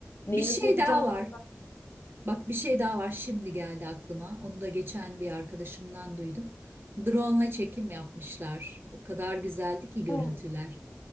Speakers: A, on the left (about 70°); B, on the right (about 55°).
A: Neyi
B: Bir şey
A: nasıl yapacağımı
B: daha var.
A: da...
B: Bak bir şey daha var şimdi geldi aklıma. Onu da geçen bir arkadaşımdan duydum. Drone'la çekim yapmışlar. O kadar güzeldi ki görüntüler.
A: Aa,